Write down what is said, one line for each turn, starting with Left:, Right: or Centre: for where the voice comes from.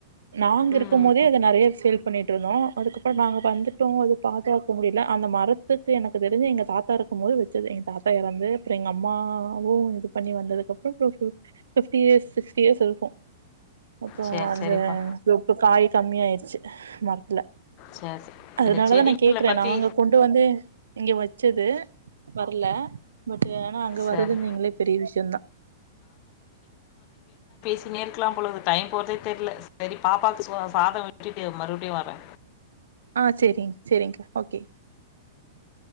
Right: நாங்கருக்கு
Left: ம்
Right: போதே அத நெறைய சேல் பண்ணிடுருந்தோ அதுக்கப்புறோ நாங்க வந்துடோ அது பாதுகாக்க முடியல அந்த மரத்துக்கு எனக்கு தெரிஞ்சி எங்கள் தாத்தா இருக்கு போது வச்சது எங்க தாத் ப்பா இறந்து அப்புறோ எங்க அம்மாவு இது பண்ணி வந்ததுகப்புறோ இயர்ஸ் சிக்ஸ்டி இயர்ஸ் இருக்கு அப்ப
Left: சரி
Right: அந்த
Left: சரிப்பா
Right: சப்பு காய் கம்மிய ஆயிடுச்சி மரத்துல
Left: சரி சரி.
Right: அதனாலதா
Left: இந்த செடிங்களை
Right: நா கேக்குறே
Left: பற்றி
Right: நாங்க கொண்டு வந்து இங்க வச்சது வரல மட் ஏனா அங்க
Left: சரி
Right: வருது நீங்களே பெரிய விஷயோதா
Left: சீனியேருக்கெல்லா போலது டைம் போகிறதே தெர்யில சரி பாப்பாவுக்கு சோ சாதம் விட்டிவிட்டு மறுபடியு வரே
Right: ஆ சேரிங்க சேரிங்க்கா ஓகே